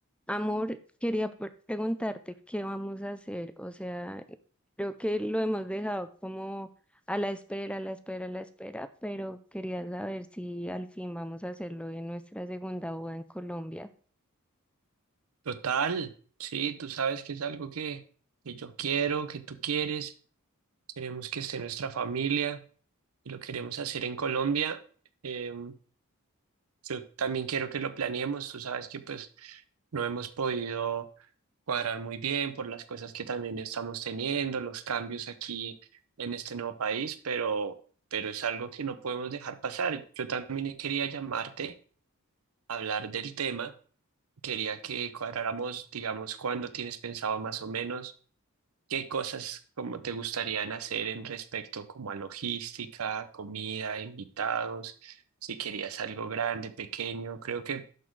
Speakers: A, in the centre; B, on the right.
A: Amor, quería pre- preguntarte qué vamos a hacer. O sea, creo que lo hemos dejado como a la espera, a la espera, a la espera, pero quería saber si al fin vamos a hacerlo en nuestra segunda boda en Colombia.
B: Total, sí, tú sabes que es algo que, que yo quiero, que tú quieres, queremos que esté nuestra familia y lo queremos hacer en Colombia. Eh, yo también quiero que lo planeemos, tú sabes que pues no hemos podido cuadrar muy bien por las cosas que también estamos teniendo, los cambios aquí en este nuevo país, pero, pero es algo que no podemos dejar pasar. Yo también quería llamarte a hablar del tema, quería que cuadráramos, digamos, cuándo tienes pensado más o menos. ¿Qué cosas como te gustarían hacer en respecto como a logística, comida, invitados? Si querías algo grande, pequeño, creo que